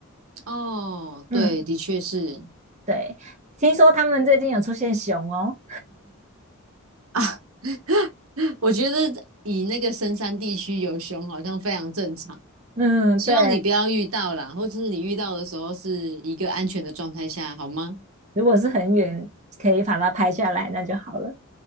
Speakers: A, on the right; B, on the right.
A: 哦，
B: 嗯，
A: 对，的确是
B: 对，听说他们最近有出现熊哦。
A: 啊，<laughs> 我觉得以那个深山地区有熊好像非常正常，
B: 嗯，
A: 希望你不要遇到啦，
B: 对，
A: 或者是你遇到的时候是一个安全的状态下，好吗？
B: 如果是很远可以把它拍下来，那就好了。